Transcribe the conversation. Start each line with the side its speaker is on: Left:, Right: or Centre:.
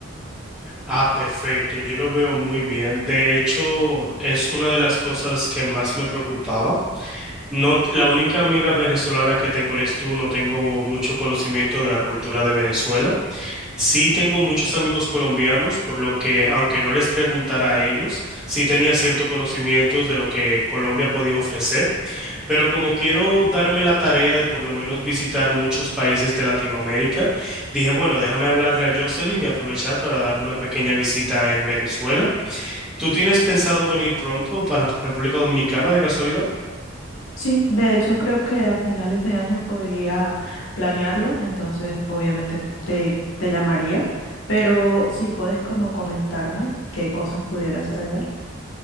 Centre: Ah, perfecto, yo lo veo muy bien. De hecho, es una de las cosas que más me preocupaba No, t- la única amiga venezolana que tengo eres tú, no tengo mucho conocimiento de la cultura de Venezuela. Sí tengo muchos amigos colombianos, por lo que, aunque no les preguntara a ellos, sí tenía cierto conocimiento de lo que Colombia podía ofrecer. Pero como quiero darme la tarea de por lo menos visitar muchos países de Latinoamérica, dije, bueno, déjame hablarle a Jocelyn y aprovechar para dar una pequeña visita en Venezuela. ¿Tú tienes pensado venir pronto para República Dominicana de casualidad?
Left: Sí, de hecho creo que a finales de año podría planearlo, entonces obviamente te, te llamaría, pero si puedes como comentarme qué cosas pudiera hacer allá.